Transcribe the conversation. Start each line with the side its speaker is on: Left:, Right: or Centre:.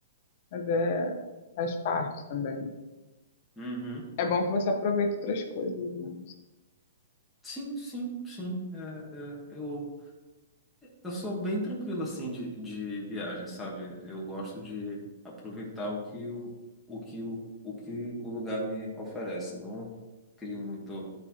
Left: mas é, faz parte também.
Centre: Uhum.
Left: É bom que você aproveita outras coisas, né?
Centre: Sim, sim, sim. É, é, eu, eu sou bem tranquilo assim de, de viagem, sabe? Eu gosto de aproveitar o que o, o que o, o que o lugar me oferece. Não crio muito